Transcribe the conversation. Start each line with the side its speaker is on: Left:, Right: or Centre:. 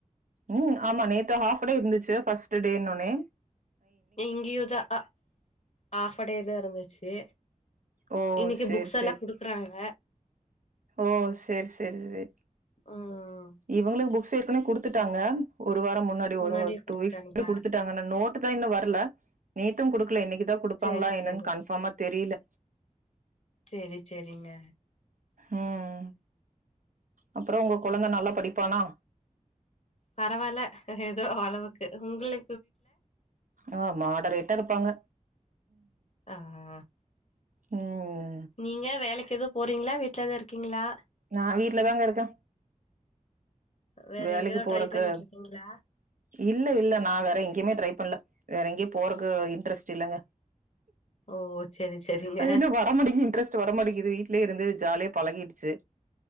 Right: உம் ஆமா நேத்த ஹாப்ஃபடே இருந்துச்சு ஃபர்ஸ்ட் டேனு ஒனே
Left: இங்யுதா ஆ ஆஃப் டேதா இருந்துச் சு
Right: ஓ
Left: இன்னைக்கு
Right: சேரி
Left: புக்ஸ்
Right: சேரி
Left: எல்லாம் குடுக்றாங்க
Right: ஓ சேரி சேரி சேரி
Left: ம்
Right: இவங்களுக்கு புக்ஸ் ஏற்கனவே கொடுத்து ட்டாங்க ஒரு ஒரு வாரம் முன்னாடி
Left: முன்னாடியே
Right: ஒரு
Left: குடுத்துட்டாங்களா
Right: டூ வீக்ஸ் குடுத்துட்டாங்க ஆன்னா நோட்டு தான் இன்னும் வரல நேத்தும் குடுக் ல என்னைக்குத் தான் கொடுப்பாங்களா
Left: சேரி
Right: என்னன்னு
Left: சேரி
Right: கன்ஃபார்மா தெரியல
Left: சேரி சேரிங்க
Right: உம் அப்புறம் உங்க கெழந்த நல்லா படிப்பானா
Left: பரவாயில்ல ஏதோ அளவுக்கு உங்களு
Right: ஆஹ் மாடேரேட்டா இருப்பாங்க
Left: ஆஹ்
Right: உம்
Left: நீங்க வேலைக்கு எது போறீங்களா வீட்லதா இருக்கீங்களா
Right: நா வீட்லதாங்க இருக்க
Left: வேற
Right: வேலைக்கு
Left: எங்கேயோ
Right: போறக்கு
Left: ட்ரை பண்ணிட்டு இருக்கீங்களா
Right: இல்ல இல்ல நா வேறே எங்கேயுமே ட்ரை பண்ணல வேற எங்கேயோ போறதுக்கு இன்ட்ரெஸ்ட் இல்லங்க
Left: ஓ சேரி சேரிங்க
Right: அது என்னு வர மாட்கு இன்ரெஸ்ட் வர மாட்டிங்குது வீட்லேயே இருந்து ஜாலியே பழகிடுச்சு